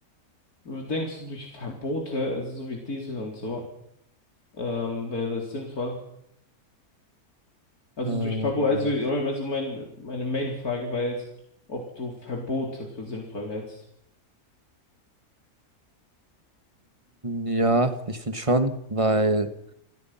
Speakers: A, on the left; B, on the right.
A: denkst du, durch Verbote, also so wie Diesel und so, ähm, wäre es sinnvoll? Also
B: Ähm,
A: durch Verbot, also, also mein, meine Main-Frage war jetzt, ob du Verbote für sinnvoll hältst.
B: ja, ich finde schon, weil